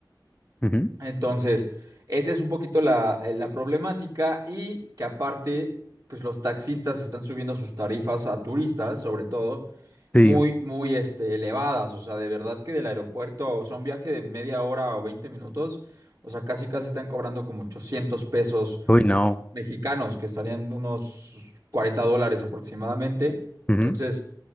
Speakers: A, on the left; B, on the right.
A: Ujú.
B: Entonces, esa es un poquito la, eh, la problemática y que aparte, pues los taxistas están subiendo sus tarifas a turistas, sobre todo,
A: Sí.
B: muy, muy este, elevadas. O sea, de verdad que del aeropuerto, o sea, un viaje de media hora o 20 minutos, o sea, casi, casi están cobrando como ochocientos pesos
A: Uy, no.
B: mexicanos, que estarían unos 40 dólares aproximadamente.
A: Ujú.
B: Entonces,